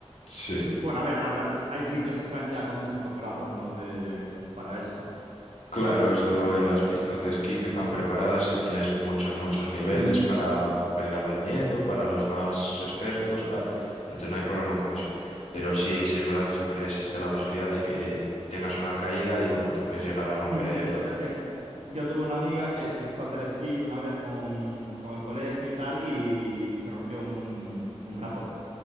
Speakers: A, on the left; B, on the right.
A: Sí,
B: Bueno, a ver, habrá, hay sitios en plan ya con distintos grados, ¿no? De, para eso.
A: claro, esto en las pistas de esquí que están preparadas, eh, tienes muchos, muchos niveles
B: Mm.
A: para, para ir aprendiendo, para los más expertos, tal. Entonces no hay problema con eso. Pero sí, sí es verdad que siempre existe la posibilidad de que tengas una caída y bueno, te puedes llegar a romper
B: Mm, De hecho, es que yo tuve una amiga que fue a hacer esquí una vez con, con el colegio y tal y se rompió un, un brazo